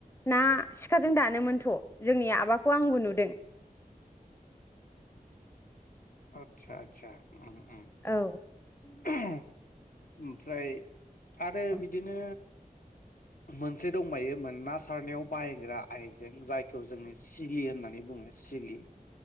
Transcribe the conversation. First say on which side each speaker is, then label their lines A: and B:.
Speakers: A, on the left; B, on the left.
A: ना सिखाजों दानोमोनथ' जोंनि आबाखौ आंबो नुदों।
B: आतसा आतसा उम उम
A: औ
B: <unintelligible> ओमफ्राय आरो बिदिनो
A: औ
B: मोनसे दंबायो मोन ना सारनायाव बाहायग्रा आइजें जायखौ जोङो सिलि होननानै बुङो सिलि।